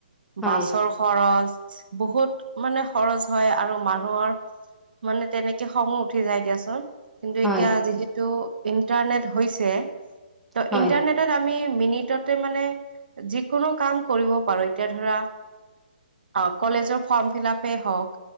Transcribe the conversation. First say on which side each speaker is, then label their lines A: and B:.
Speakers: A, in the centre; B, on the right (about 70°).
A: হয়
B: বাছৰ খৰচ। বহুত মানে খৰচ হয় আৰু মানুহৰ মানে তেনেকে খঙো উঠি যায় দিয়াচোন? কিন্তু
A: হয়
B: এতিয়া যিহেতু? ইণ্টাৰনেট হৈছে। ত
A: হয়
B: ইণ্টাৰনেটত আমি মিনিটতে মানে যিকোনো কাম কৰিব পাৰো। এতিয়া ধৰা অ কলেজৰ ফৰ্ম ফিলাপেই হ‌ওক।